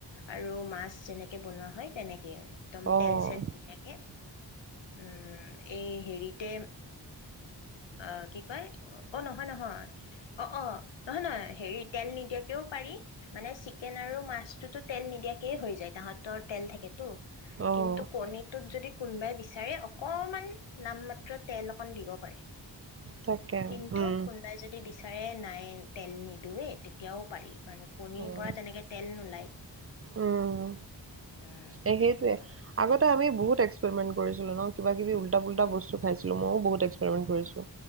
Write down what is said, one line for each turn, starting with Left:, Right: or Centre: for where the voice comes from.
Left: আৰু মাছ যেনেকে বনোৱা হয় তেনেকে দিয়ে একদম
Right: অ',
Left: তেল চেল নিদিয়াকে, উম, এই হেৰিতে অ' কি কয় অ নহয় নহয় অ'অ' নহয় -নহয় হেৰি তেল নিদিয়াকেও পাৰি মানে চিকেন আৰু মাছটোতো তেল নিদিয়াকেই হৈ যায় তাহতৰ তেল থাকে তো
Right: অ',
Left: কিন্তু কণীটোত যদি কোনবাই বিচাৰে অকমান নাম মাত্ৰ তেল অকণ দিব পাৰে।
Right: তাকে
Left: কিন্তু
Right: উম,
Left: কোনোবাই যদি বিচাৰে নাই তেল নিদিওৱেই তেতিয়াও পাৰি কাৰণ কণীৰ
Right: অ'।
Left: পৰা তেনেকে তেল নোলায়। <unintelligible>
Right: উম।
Left: উম,
Right: এ সেইটোয়ে
Left: ত'
Right: আগতে আমি
Left: সেই
Right: বহুত এক্সপেৰিমেণ্ট কৰিছিলো ন কিবা কিবি উল্টা পুল্টা বস্তু খাইছিলো মইও বহুত এক্সপেৰিমেণ্ট কৰিছিলো